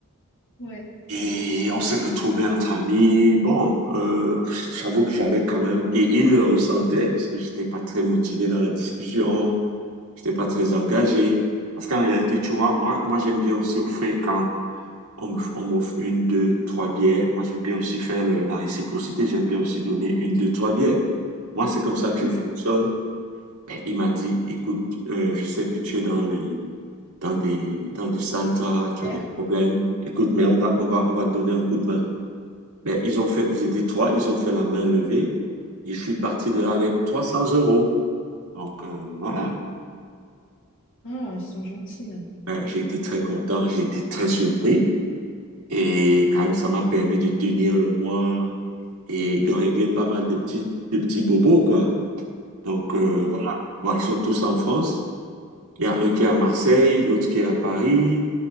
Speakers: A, on the left; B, on the right.
A: Ouais.
B: Et on s'est retrouvés entre amis. Bon, euh, j'avoue que j'avais quand même, et il le ressentait, parce que j'étais pas très motivé dans la discussion. J'étais pas très engagé. Parce qu'en réalité, tu vois, moi, moi j'aime bien aussi offrir quand on me- on m'offre une, deux, trois bières. Moi, j'aime bien aussi faire le- la réciprocité. J'aime bien aussi donner une, deux, trois bières. Moi, c'est comme ça que je
A: Mm.
B: fonctionne. Mais Il m'a dit, écoute, euh, je sais que tu es dans les, dans des, dans des sales draps,
A: Galère.
B: tu as des problèmes. Écoute, mais on va, on va, on va te donner un coup de main. Ben, ils ont fait, ils étaient trois, ils ont fait la main levée et je suis parti de là avec 300 euros. Donc, euh, voilà.
A: Ah, ils sont gentils. hein.
B: Euh, j'ai été très content, j'ai été très surpris. Et quand même, ça m'a permis de tenir le mois et de régler pas mal de petits, de petits bobos, quoi. Donc, euh,
A: Oui.
B: voilà. Bon, ils sont tous en France. Il y a un qui est à Marseille, l'autre qui est à Paris